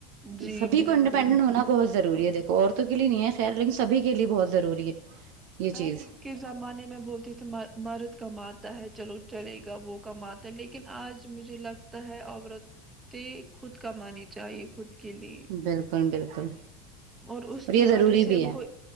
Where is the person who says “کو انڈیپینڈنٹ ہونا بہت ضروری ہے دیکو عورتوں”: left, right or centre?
Right